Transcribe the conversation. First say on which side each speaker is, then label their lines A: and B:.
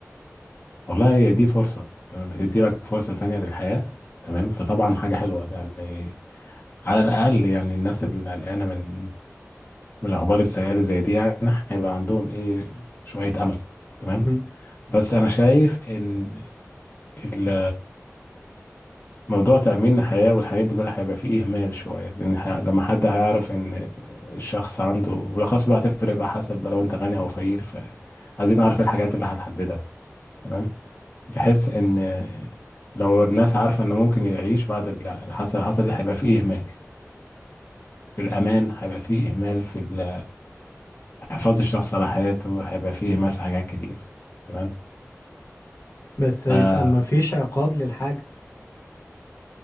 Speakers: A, on the left (about 45°); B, on the left (about 75°).
A: والله هي دي فرصه تمام بتدي لك فرصه تانية للحياه تمام فطبعا حاجه حلوه يعني على الاقل يعني الناس اللي قلقانه من من الاخبار السيئه اللي زي دي يعني هيبقى عندهم ايه شويه امل تمام
B: مم.
A: بس انا شايف ان ال- موضوع تأمين الحياة والحاجات دي كلها هيبقى فيه إهمال شوية لأن ح- لما حد هيعرف إن الشخص عنده بالأخص بقى هتفرق بقى حسب بقى لو أنت غني أو فقير فعايزين نعرف الحاجات اللي هتحددها تمام بحيث إن لو الناس عارفة إن ممكن يعيش بعد اللي حصل حصل دي هيبقى فيه إهمال في الأمان هيبقى فيه إهمال في ال- حفاظ الشخص على حياته هيبقى فيه إهمال في حاجات كتير تمام
B: بس هيبقى
A: فالعقاب
B: ما فيش عقاب للحاجة